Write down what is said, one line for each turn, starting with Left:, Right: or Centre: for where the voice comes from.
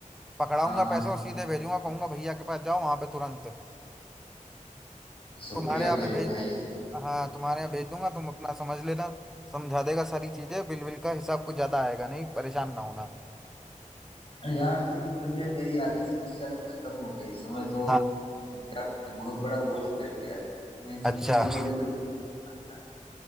Centre: पकड़ाऊंगा
Left: हाँ हाँ
Centre: पैसे और सीधे भेजूंगा कहूंगा भैया के पास जाओ वहां पे तुरंत
Left: शुक्रिया
Centre: तुम्हारे यहाँ
Left: मेरे
Centre: पे भेज
Left: भाई
Centre: दूँ हाँ तुम्हारे यहाँ भेज दूंगा तुम अपना समझ लेना समझा देगा सारी चीजें बिल बिल का हिसाब कुछ ज्यादा आएगा नहीं परेशान ना होना
Left: यार तुम मिल गए मेरी आधी समस्या तो खत्म हो गई समझ लो
Centre: हाँ
Left: क्या बहुत बड़ा बोझ उतर गया है। मैं इन
Centre: अच्छा
Left: सब चीजों को लेके हाँ